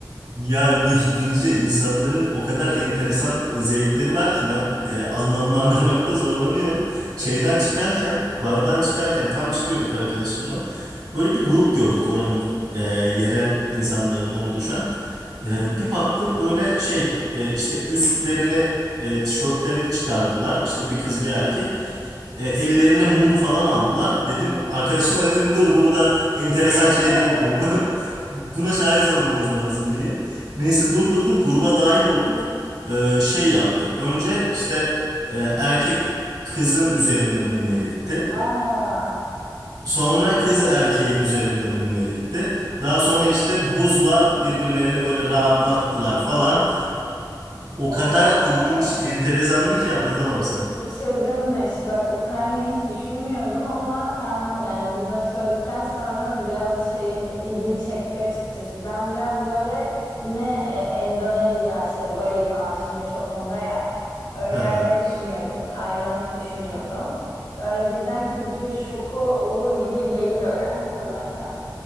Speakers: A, on the right; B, on the left.
A: Ya Gö- Gülce insanların o kadar enteresan e, zevkleri var ki ben e, anlamlandırmakta zorlanıyorum. Şeyden çıkarken, bardan çıkarken tam çıkıyorduk arkadaşımla. Böyle bir grup gördük oranın e, yerel insanlarından oluşan.
B: Hı
A: E,
B: hı.
A: bir baktım böyle şey e, işte üstlerini e, tişörtlerini çıkardılar. İşte bir kız bir erkek. E, ellerine mum falan aldılar. Dedim arkadaşıma dedim dur burada enteresan
B: <laughs>
A: şeyler oluyor. <laughs> Buna şahit olmamız lazım diye. Neyse durdurdum gruba dahil olduk. Ee, şey yaptı. Önce işte e, erkek kızın üzerinde mum eritti.
B: Aa,
A: Sonra kız erkeğin üzerinde mum eritti. Daha sonra işte buzla birbirlerini böyle rahatlattılar falan. O
B: o.
A: kadar ilginç, enteresandı ki anlatamam sana.
B: Bu çılgınmış. Bak Ukrayna hiç düşünmüyordum ama sen yani bunları söyledikten sonra biraz şeyim ilgimi çekti açıkçası. Ben biraz böyle yine e, Endonezya işte Bali falan şimdi çok moda ya. Öyle
A: Hı
B: yerleri
A: hı.
B: düşünüyordum. Tayland düşünüyordum. Böyle cidden kültür şoku olur gibi geliyor yani oralarda.